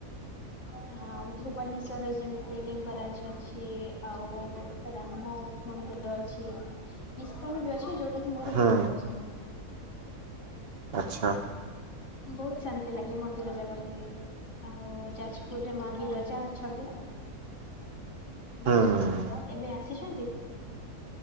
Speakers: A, on the left; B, on the right.
A: ହଁ ଭୁବନେଶ୍ଵ ଶ୍ୱରରେ ଯେମିତି ଲିଙ୍ଗରାଜ ଅଛି ଆଉ ରାମ ମନ୍ଦିର ଅଛି, ଇସ୍କନ ବି ଅ ଛି, ଯୋଉଟାକି ମୋର
B: ହୁଁ
A: ବହୁତ ପସନ୍ଦ।
B: ଆଚ୍ଛା।
A: ବହୁତ ଶାନ୍ତି ଲାଗେ ମନ୍ଦିର ଜାଗା ବୁଲିଲେ, ଆଉ ଯାଜପୁରରେ ମା ବିରଜା ଅଛନ୍ତି
B: ହୁଁ।
A: ବିରଜାକ୍ଷେତ୍ର କେବେ ଆସିଛନ୍ତି?